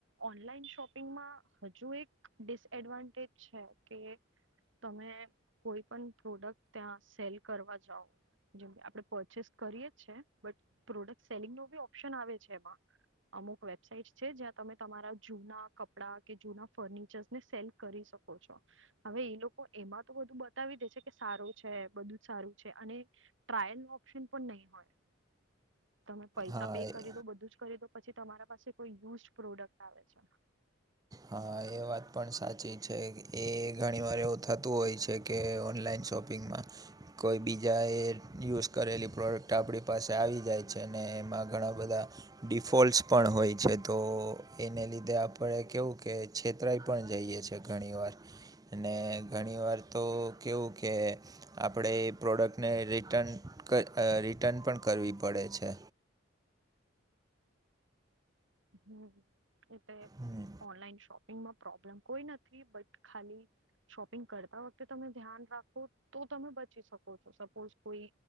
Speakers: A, on the right (about 80°); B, on the right (about 20°).
A: ઓનલાઈન શોપિંગમાં હજુ એક ડિસએડવાન્ટેજ છે કે તમે કોઈ પણ પ્રોડક્ટ ત્યાં સેલ કરવા જાઓ જેમ કે આપડણે પરચેસ કરીએ જ છે બટ પ્રોડક્ટ સેલિંગ નો બી ઓપ્શન આવે છે એમાં અમુક વેબસાઈટ છે જ્યાં તમે તમારા જૂના કપડા કે જૂના ફર્નિચર્ને સેલ કરી શકો છો. હવે એ લોકો એમાં તો બધું બતાવી દે છે કે સારું છે બધું જ સારું છે અને ટ્રાયલ ઓપ્શન પણ નહી હોય. તમે પૈસા
B: હા
A: પે કરી દો બધું જ કરી દો પછી તમારા પાસે કોઈ યુઝ પ્રોડક્ટ આવે છે.
B: હા એમ વાત પણ સાચી છે એ ઘણી વાર એવું થતું હોય છે. કે ઓનલાઈન શોપિંગમાં કોઈ બીજા એ યુઝ કરેલી પ્રોડક્ટ આપણી પાસે આવી જાય છે અને એમાં ઘણા બધા ડિફોલ્ટસ પણ હોય છે તો એને લીધે આપણે કેવું કે છે. ઉતરાઈ પણ જઈએ છે ઘણી વાર અને ઘણી વાર તો કેવું કે આપણે એ પ્રોડક્ટને રિટન ક રિટન પણ કરવી પડે છે.
A: હમ એ તો
B: હમ,
A: ઓનલાઈન શોપિંગમાં પ્રોબ્લેમ કોઈ નથી બટ ખાલી શોપિંગ કરતા વખતે તમે ધ્યાન રાખો તો તમે બચી શકો છો સપોઝ કોઈ